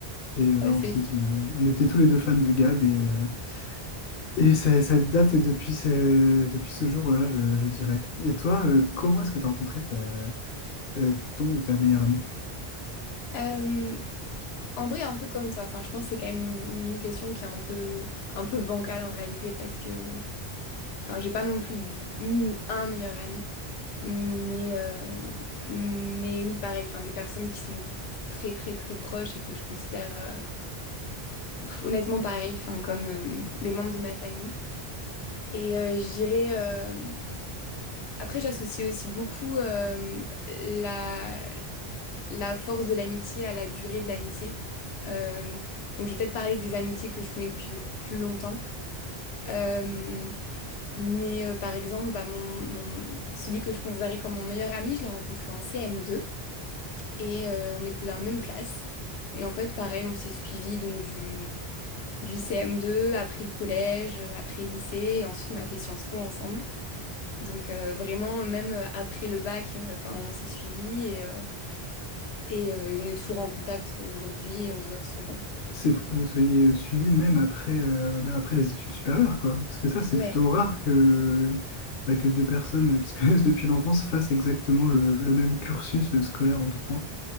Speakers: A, on the left; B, on the left.
A: Et euh, là,
B: Ouais,
A: on
B: c'est
A: s'est dit, euh, on était tous les deux fans de Gad et, euh, et ça, ça date depuis ce, depuis ce jour-là, je, je dirais. Et toi, euh, comment est-ce que tu as rencontré ta- euh, ton ou ta meilleure amie?
B: Euh, en vrai, un peu comme toi. Enfin, je pense que c'est quand même une question qui est un peu, un peu bancale en réalité parce que, enfin, j'ai pas non plus une ou un meilleur ami, mais, euh, mais oui, pareil. Enfin, des personnes qui sont très, très, très proches et que je considère euh, honnêtement pareil, enfin, comme euh, des membres de ma famille. Et euh, je dirais euh, Après, j'associe aussi beaucoup euh, la, la force de l'amitié à la durée de l'amitié. Euh, donc, je vais peut-être parler des amitiés que je connais depuis le plus longtemps. Euh, mais euh, par exemple, bah, mon, mon- celui que je considérais comme mon meilleur ami, je l'ai rencontré en CM2 et euh, on était dans la même classe. Et en fait, pareil, on s'est suivis donc du, du CM2, après le collège, après le lycée, et ensuite on a fait Sciences Po ensemble. Donc euh, vraiment, même euh, après le bac, euh, enfin, on s'est suivis et, euh, et, euh, et on est toujours en contact euh, aujourd'hui et on se voit souvent.
A: C'est faut que vous soyez euh, suivis même après, euh, même après les études supérieures, quoi. Parce que ça, c'est
B: Ouais,
A: plutôt rare que, bah, que deux personnes euh, qui se <laughs> connaissent depuis l'enfance fassent exactement le, le même cursus euh, scolaire en tout point.